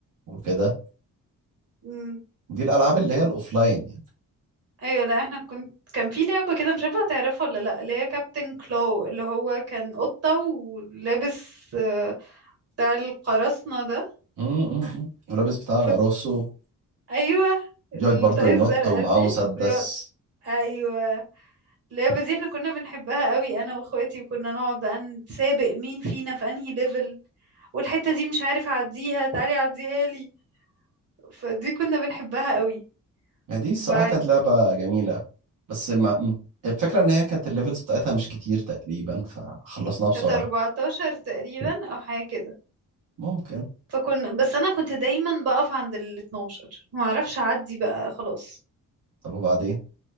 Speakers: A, on the right; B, on the right.
A: وكده
B: امم
A: دي الألعاب اللي هي الأوفلاين يعني
B: ايوه لا احنا كنت كان في لعبة كده مش عارفة هتعرفها ولا لا اللي هي كابتن كلو اللي هو كان قطة ولابس آه، بتاع القراصنة ده
A: م- م- م. ولابس بتاع الأراسو
B: كنت ايوه الطاقية
A: بيقعد برضو ينط
B: الزرقاء
A: ومعاه
B: دي
A: مسدس
B: ويقعد- ايوه اللعبة دي احنا كنا بنحبها قوي انا واخواتي وكنا نقعد بقى نتسابق مين فينا في انهي ليفل والحتة دي مش عارف اعديها تعالي عديها لي فدي كنا بنحبها قوي
A: يعني دي الصراحة
B: بعد
A: كانت لعبة جميلة بس ما م- الفكرة إن هي كانت الليفلز بتاعتها مش كتير تقريبا فخلصناها بسرعة
B: كانت 14 تقريبا او حاجه كده
A: ممكن
B: فكنا بس انا كنت دايما بقف عند ال 12 ما اعرفش اعدي بقى خلاص
A: طب وبعدين